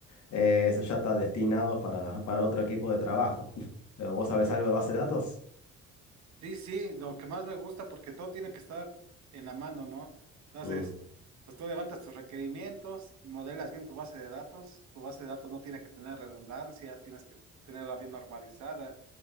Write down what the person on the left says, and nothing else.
eh, eso ya está destinado para, para otro equipo de trabajo. <laughs> Pero, ¿Vos sabés algo de base de datos?
Mm.